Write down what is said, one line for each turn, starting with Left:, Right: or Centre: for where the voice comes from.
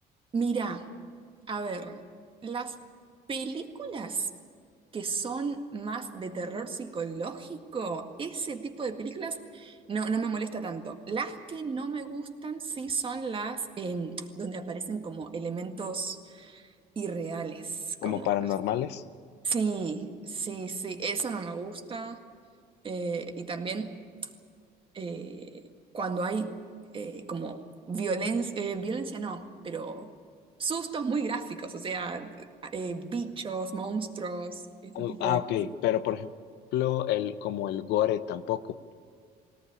Right: mirá, a ver, las películas que son más de terror psicológico, ese tipo de películas no, no me molesta tanto. Las que no me gustan sí son las em, donde aparecen como elementos irreales,
Left: ¿Como
Right: como,
Left: paranormales?
Right: no sé. Sí, sí, sí, eso no me gusta. Eh, y también eh, cuando hay eh, como violencia, violencia no, pero sustos muy gráficos, o sea, eh, bichos, monstruos, ese
Left: Oh,
Right: tipo
Left: ah,
Right: de
Left: ok,
Right: cosas.
Left: pero por ejemplo, el, como el gore tampoco,